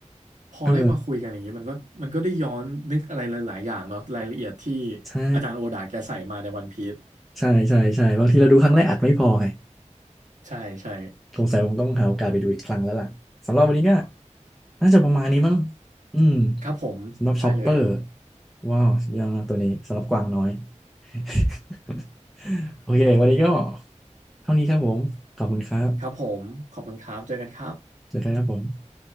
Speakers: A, on the right; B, in the centre.
A: พอได้มาคุยกันอย่างนี้มันก็มันก็ได้ย้อนนึกอะไรหลายๆอย่างเนาะรายละเอียดที่
B: เออใช่
A: อาจารย์โอดาแกใส่มาในวันพีซ
B: ใช่ใช่ใช่บางทีเราดูครั้งแรกอาจไม่พอไง
A: ใช่ใช่
B: สงสัยคงต้องหาโอกาสไปดูอีกครั้งแล้วล่ะสำหรับวันนี้ก็น่าจะประมาณนี้มั้งอืม
A: ครับผมได้เลย
B: สำหรับช็อปเปอร์ว้าวสุดยอดมากตัวนี้สำหรับกวางน้อย <laughs> โอเควันนี้ก็เท่านี้ครับผมขอบคุณครับ
A: ครับผมขอบคุณครับเจอกันครับ
B: เจอกันครับผม